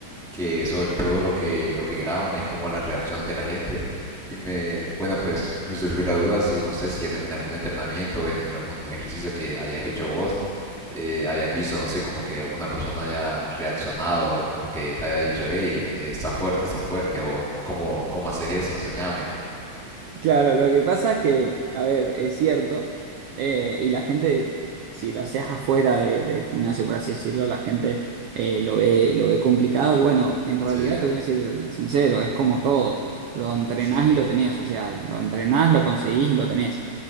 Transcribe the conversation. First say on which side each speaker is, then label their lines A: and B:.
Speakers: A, in the centre; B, on the right.
A: que sobre todo lo que, lo que graban es como las reacciones de la gente. Y me, bueno, pues me surgió la duda si, no sé, si en, en algún entrenamiento, en, en algún ejercicio que hayas hecho vos, eh, hayas visto, no sé, como que alguna persona haya reaccionado, como que te haya dicho, hey, eh, está fuerte, está fuerte, o cómo, cómo haces eso, enséñame.
B: Claro, lo que pasa es que, a ver, es cierto, eh, y la gente, si lo haces afuera de- del gimnasio, por así decirlo, la gente eh, lo ve, lo ve complicado, y bueno, en realidad
A: Sí,
B: te voy a decir sincero, es como todo, lo entrenás
A: sí,
B: y lo tenés, o sea, lo entrenás, lo conseguís y lo tenés.